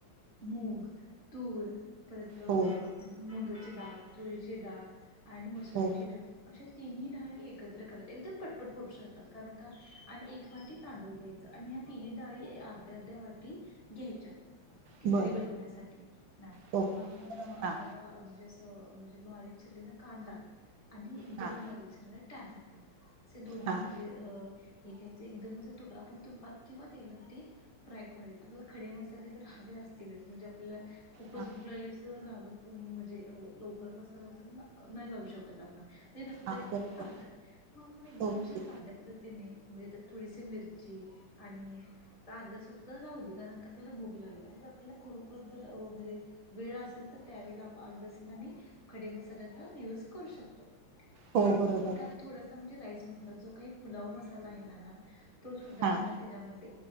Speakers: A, on the left; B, on the right.
A: मूग तूर. परत मग.
B: हो
A: डाळ तुळीची डाळ. आणि मसुरेची
B: हो
A: डाळ असे. तिन्ही डाळी एकत्र करायच्या एकदम पटपट फडू शकतात कारण का आणि एक वाटी तांदूळ घ्यायच आणि ह्या तिन्ही डाळी अर्ध्या अर्ध्या वाटी घ्यायच्या. किच्री
B: बर
A: बनवण्यासाठी मॅम
B: ओके
A: मग आपण आपल्याला
B: हां
A: म्हणजे. तरे बारी. चलला कांड. आध एकदम
B: हां
A: बारीच. टॅमॅटो. असे दोन्ही
B: हां
A: म्हणजे अ. हे घ्यायचं एकदम असं तुट आपण तुफात किंवा तेलात ते फ्राय करूयेत आपल्याला खडे मसाले जर हवे असतीलच म्हणजे आपलं. खूपच
B: हां
A: भुक लागली. म्हणजे लवकरच. नाही करू शकत आपण. नसत
B: हां
A: तरी
B: बरोबर
A: पण चालतं मग आपण एकदम
B: ओके
A: अशा साध्या पद्धतीने. म्हणजे त्यात थोडीशी मिरची आणि आ लसण सुद्धा राहली कारण क आपल्याला भूक लागली म्हणजे आपल्याला खरोखर जर म्हणजे वेळ असेल तर त्यावेळेला आ लसण आणि. खडे मसाल्याचा यूज करू शकतो.
B: हो
A: आणि
B: बरोबर
A: मग त्यात थोडासा म्हणजे राईस मसा. तर जो काही पुलाव मसाला आहे ना मॅम. तो सुद्धा
B: हां
A: आपण त्याच्यामध्ये